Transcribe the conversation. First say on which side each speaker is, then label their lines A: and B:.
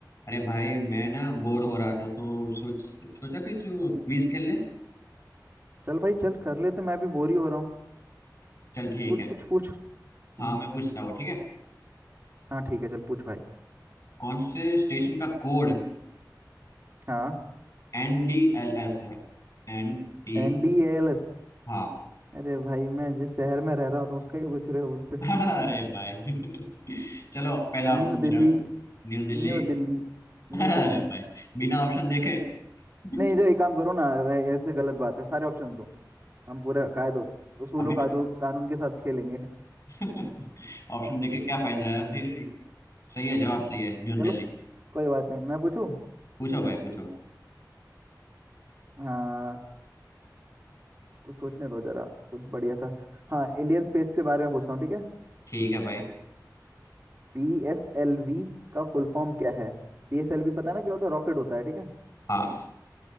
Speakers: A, on the left; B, on the right.
A: अरे भाई मैं ना बोर हो रहा था तो सोच सोचा कि तू क्विज खेल ले
B: चल भाई चल कर लेते मैं भी बोर ही हो रहा हूँ
A: चल ठीक
B: पूछ
A: है
B: कुछ पूछ हम्म,
A: हाँ मैं पूछता हूँ ठीक है
B: हाँ ठीक है चल पूछ भाई
A: कौन से स्टेशन का code
B: हाँ
A: N D L S है N T
B: एनडीएलएस
A: हाँ
B: अरे भाई मैं जिस शहर में रह रहा हूँ तो उसका ही पूछ रहे हो मुझसे
A: <laughs> अरे
B: <laughs>
A: भाई <laughs> चलो पहला ऑप्शन
B: न्यू
A: दे
B: दिल्ली
A: रहा हूँ न्यू दिल्ली
B: न्यू दिल्ली
A: <laughs> अरे
B: न्यू दिल्ली
A: भाई बिना ऑप्शन देखे <laughs>
B: नहीं जो एक काम करो ना ऐ- ऐसे गलत बात है सारे ऑप्शन दो हम पूरा कायदो उसूलों
A: अभी
B: कादू
A: तो
B: कानून के साथ खेलेंगे
A: <laughs> ऑप्शन देके
B: हम्म
A: क्या फायदा है भाई सही है
B: <laughs>
A: जवाब सही है न्यू
B: चलो
A: दिल्ली
B: कोई बात नहीं मैं पूछूं
A: पूछो भाई पूछो
B: हाँ कुछ सोचने दो जरा कुछ बढ़िया सा हाँ इंडियन स्पेस के बारे में पूछता हूँ ठीक है
A: ठीक है भाई
B: पीएसएलवी का फुल फॉर्म क्या है पीएसएलवी पता है ना क्या होता है रॉकेट होता है ठीक है
A: हाँ